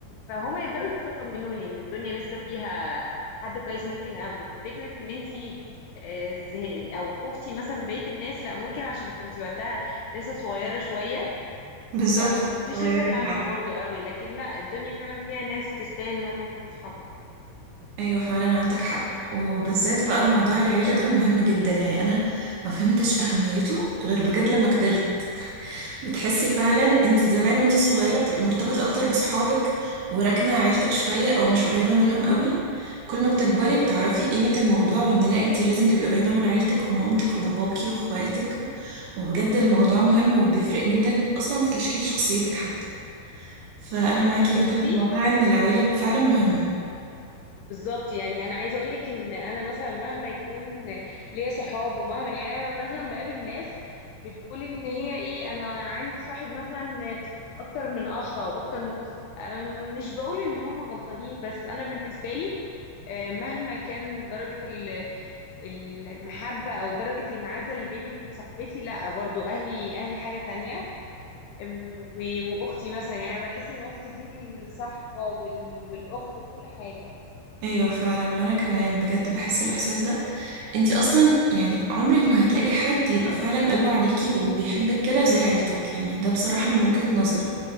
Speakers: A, on the left (about 85°); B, on the right (about 75°).
A: فهما يبداوا يطمنوني ان الدنيا لسه فيها حد كويس ممكن اقابله ففكره ان انتي آه، زه- او خفتي مثلا من بقية الناس لا ممكن عشان كنتي وقتها لسه صغيرة شوية
B: بالظبط
A: فما كنتيش
B: صغيرة
A: لسه فاهمة برضو قوي لكن لا الدنيا فعلا فيها ناس تستاهل ان هم يكونوا صحابنا
B: ايوه فعلا عندك حق وبالذات بقى موضوع العيلة ده مهم جدا يعني انا ما فهمتش اهميته غير بجد لما كبرت بتحسي فعلا انتي زمان وانتي صغيرة بتبقي مرتبطة اكتر بصحابك وراكنة عيلتك شوية او مش قريبة منهم قوي كل ما بتكبري بتعرفي قيمة الموضوع وان لا انتي لازم تبقي قريبة من عيلتك ومامتك وباباكي واخواتك وبجد الموضوع مهم وبيفرق جدا اصلا في تشكيل شخصيتك حتى فانا معاكي
A: بصي
B: جدا في موضوع ان العيلة فعلا مهمة
A: بالظبط يعني انا عايزه اقول لك ان انا مثلا مهما يكون ليا صحاب ومهما يعني أنا مثلا بقابل ناس بتقول ان هي ايه انا عندي صاحب مثلا اكتر من اخ او اكتر من اخت أم، مش بقول ان هم غلطانين بس انا بالنسبه لي آه، مهما كان درجة ال- ال- المحبة أو درجة المعزة اللي بيني وبين صاحبتي لأ برضو أهلي أهلي حاجة تانية أم، و- وأختي مثلا يعني بحس إن أختي دي الصاحبة وال- والأخت وكل حاجة
B: ايوه فعلا وانا كمان بجد بحس الاحساس ده انتي اصلا يعني عمرك ما هتلاقي حد يبقى فعلا قلبه عليكي وبيحبك كده زي عيلتك يعني ده بصراحة من وجهة نظري